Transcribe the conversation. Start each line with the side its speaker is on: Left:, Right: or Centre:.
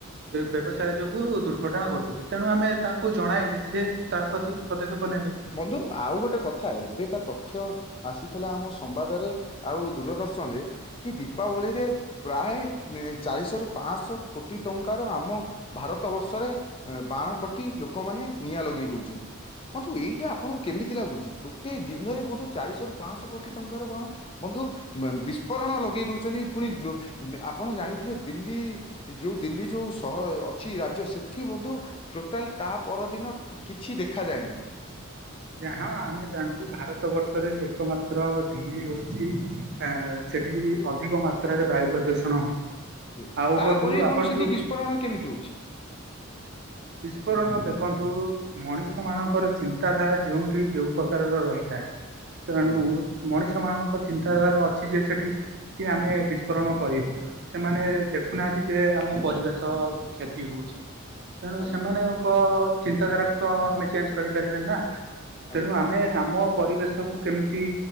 Right: ବ୍ୟବସାୟ ଯୋଗୁ ଦୁର୍ଘଟଣା ଘଟୁଛି। ତେଣୁ ଆମେ ତାଙ୍କୁ ଜଣାଇଲେ ସେ ତା ପ୍ରତି ପଦକ୍ଷେପ ନେବେ
Left: ବନ୍ଧୁ ଆଉ ଗୋଟେ କଥା, ଏବେକା ତଥ୍ୟ ଆସିଥିଲା ଆମ ସମ୍ବାଦରେ ଆଉ ଦୂରଦର୍ଶନରେ କି ଦୀପାବଳିରେ ପ୍ରାୟ ଚାରିଶହରୁ ପାଞ୍ଚଶହ କୋଟି ଟଙ୍କାର ଆମ ଭାରତ ବର୍ଷରେ ବାଣ ପ୍ରତି ଲୋକମାନେ ନିଆଁ ଲଗେଇ ଦଉଛନ୍ତି। ବନ୍ଧୁ ଏଇ ଏ ଆପଣଙ୍କୁ କେମିତି ଲାଗୁଛି, ଗୋଟିଏ ଦିନରେ ବନ୍ଧୁ ଚାରିଶହରୁ ପାଞ୍ଚଶହ କୋଟି ଟଙ୍କାର ବାଣ ବନ୍ଧୁ ବିସ୍ଫୋରଣ ଲଗେଇ ଦଉଚନ୍ତି, ଫୁଣି ଆପଣ ଜାଣିଥିବେ ଦିଲ୍ଲୀ ଯୋଉ ଦିଲ୍ଲୀ ଯୋଉ ସହର ଅ-ଅଛି ରାଜ୍ୟ ସେଥି ବନ୍ଧୁ ଟୋଟାଲ ତା ପରଦିନ କିଛି ଦେଖାଯାଏନାହିଁ।
Right: ଆଜ୍ଞା ହଁ। ଆମେ ଜାଣିଛୁ ଭାରତ ବର୍ଷରେ ଏକମାତ୍ର ଦିଲ୍ଲୀ ହଉଛି ଆ ସେଠି ଅଧିକ ମାତ୍ରାରେ ବାୟୁ ପ୍ରଦୂଷଣ ହୋଇଥାଏ।
Left: ହୁଏ
Right: ଆଉ
Left: ତାପରେ
Right: ବନ୍ଧୁ
Left: ବି
Right: ଆପଣ
Left: ସେଠି
Right: ଯୋଉ
Left: ବିସ୍ଫୋରଣ କେମିତି ହଉଛି
Right: ବିସ୍ପୋରଣ ଦେଖନ୍ତୁ, ମଣିଷ ମାନଙ୍କର ଚିନ୍ତାଧାରା ଯେଉଁଠି ଯୋଉ ପ୍ରକାରର ରହିଥାଏ ତେଣୁ
Left: ଆଜ୍ଞା।
Right: ମଣିଷ ମାନଙ୍କ ଙ୍କ ଚିନ୍ତାଧାରା ଅଛି ଯେ ସେଠି କି ଆମେ ବିସ୍ଫୋରଣ କରିବୁ, ସେମାନେ ଦେଖୁନାହାଁନ୍ତି ଯେ ଆମ ପରିବେଶ କ୍ଷତି ହଉଛି। ତେଣୁ
Left: ଆଜ୍ଞା
Right: ସେମାନେଙ୍କ ଚିନ୍ତାଧାରାକୁ ତ ଆମେ ଚେଞ୍ଜ କରିପାରିବାନି ନା।
Left: ଆଜ୍ଞା
Right: ତେଣୁ ଆମେ ଆମ ପରିବେଶକୁୁ କେମିତି